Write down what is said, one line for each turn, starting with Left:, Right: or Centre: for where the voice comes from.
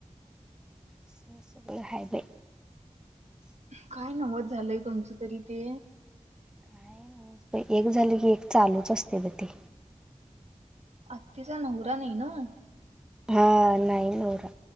Centre: स-सगंळ हाय बाई...
Right: काय नवचं झालंय.. तुमचं तरी ते.
Centre: काय नाही.. एक झाली की एक चालूच असते बाई ते...
Right: आत्तीचा नवरा नाही ना
Centre: हा नाहीईनरा